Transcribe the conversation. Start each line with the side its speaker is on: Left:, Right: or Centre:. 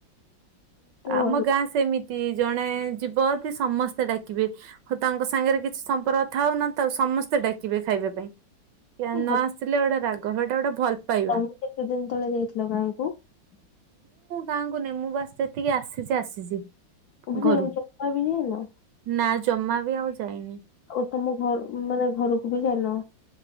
Right: ଆମ
Left: ଭଲ
Right: ଗାଁ ସେମ ସେମିତି ଜଣେ ଯିବ ଯଦି ସମସ୍ତେ ଡାକିବେ ହଉ ତାଙ୍କ ସାଙ୍ଗରେ କିଛି ସମ୍ପର୍କ ଥାଉ ନଥାଉ ସମସ୍ତେ ଡାକିବେ। ଡାକିବେ ଖାଇବା ପାଇଁ ନ
Left: ଭଲ
Right: ଆସିଲେ ଗୋଟେ ରାଗି କହିବେ ଏଇଟା ଗୋଟେ ଭଲ ପାଇବା।
Left: ତମେ କେତେ ଦିନ ତଳେ ଯାଇଥିଲ ଗାଁ କୁ ।
Right: ଗାଁ କୁ ମୁଁ ବର୍ଷେ ତ ଟିକେ ଆସିଛି ଆସିଛି।
Left: <unintelligible>
Right: ଘରୁ।
Left: ଚକା ମିଳିଗଲା।
Right: ନା ଜମା ବି ଆଉ ଯାଇନି।
Left: ଆଉ ତମ ଘର ମାନେ ଘରକୁ ବି ଯାଇନ।